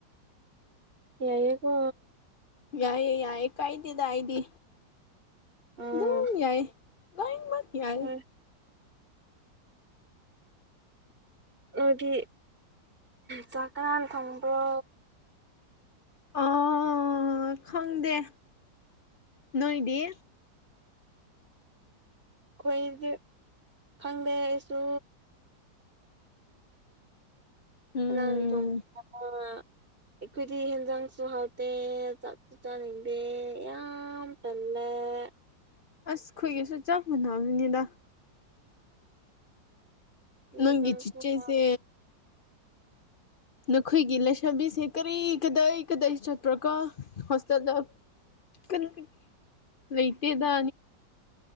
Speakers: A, on the right; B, on the left.
A: ꯌꯥꯢꯌꯦꯒꯣ
B: ꯌꯥꯏꯑꯌꯦ ꯌꯥꯏꯑꯦ ꯀꯥꯏꯗꯦꯗ ꯑꯩꯗꯤ
A: ꯎꯝ
B: ꯑꯗꯨꯝ ꯌꯥꯏ ꯂꯣꯢꯃꯥꯛ ꯌꯥꯏ
A: ꯍꯣꯏ ꯑꯗꯨꯗꯤ ꯆꯥꯛ ꯀꯥꯅꯅ ꯊꯣꯡꯕ꯭ꯔꯣ
B: ꯑꯣ ꯈꯪꯗꯦ ꯅꯣꯏꯗꯤ
A: ꯑꯩꯈꯣꯏꯗꯤ ꯈꯪꯗꯦ ꯑꯩꯁꯨ
B: ꯎꯝ
A: ꯀꯅꯥꯅꯥ <inaudible> ꯑꯩꯈꯣꯏꯗꯤ ꯍꯦꯟꯖꯥꯡꯁꯨ ꯍꯥꯎꯇꯦ ꯆꯥꯛꯁꯨ ꯆꯥꯅꯤꯡꯗꯦ ꯌꯥꯝ ꯇꯜꯂꯦ ꯑꯦ <inaudible>
B: ꯑꯁ ꯈꯣꯏꯒꯦꯁꯨ ꯆꯞ ꯃꯅꯕꯅꯤꯗ
A: ꯏꯟꯖꯥꯡꯁꯨ
B: ꯅꯪꯒꯤ ꯆꯤꯆꯦꯁꯦ
A: ꯍꯥꯎ
B: ꯅꯈꯣꯏꯒꯤ ꯂꯩꯁꯥꯕꯤꯁꯦ ꯀꯔꯤ ꯀꯗꯥꯩ ꯀꯗꯥꯏ ꯆꯠꯄ꯭ꯔꯣꯀꯣ ꯍꯣꯁꯇꯦꯜꯗ ꯀꯩ ꯂꯩꯇꯦꯗ